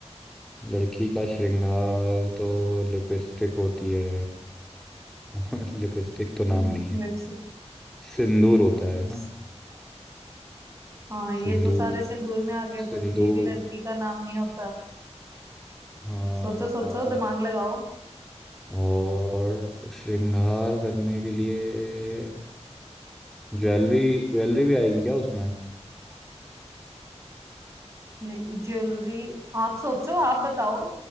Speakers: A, in the centre; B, on the right.
A: लड़की का श्रृंगार तो लिपस्टिक होती है <laughs> लिपस्टिक तो
B: हम्म,
A: नाम नहीं है
B: लिप्स
A: सिंदूर होता
B: लिप्स
A: है ना
B: हाँ ये
A: सिंदूर
B: तो सारे सिंदूर में आ गया
A: सिंदूर
B: पर ये भी लड़की का नाम नहीं होता
A: हाँ
B: सोचो सोचो दिमाग लगाओ
A: और श्रृंगार करने के लिए ज्वेलरी ज्वेलरी भी आएगी क्या उसमें
B: नहीं ज्वेलरी आप सोचो आप बताओ